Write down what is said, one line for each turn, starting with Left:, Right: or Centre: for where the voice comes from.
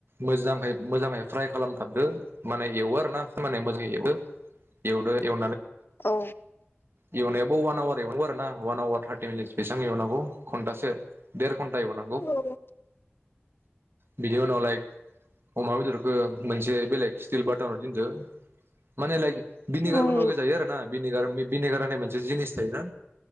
Right: मोजांङै मोजांङै फ्राय हाबदो माने एवो आरोना माने मोजांङै एवो एवदो एव
Left: औ
Right: <unintelligible> एवनायाबो वान आवार एव आरोना वान आवार थारटि मिनिट बेसां एवनांगौ खनबासो देर खन्टा एव नांगौ।
Left: औ
Right: बिनि उनाव लाइक अमा बेदरखौ मोनसे बेलेग स्टिल बाटनाव दोनदो माने लाइक बिनिगारबो
Left: उम
Right: ल'गाय जायो आरोना। बिनेगार उम बिनेगार होननाय मोनसे जिनिस थायोना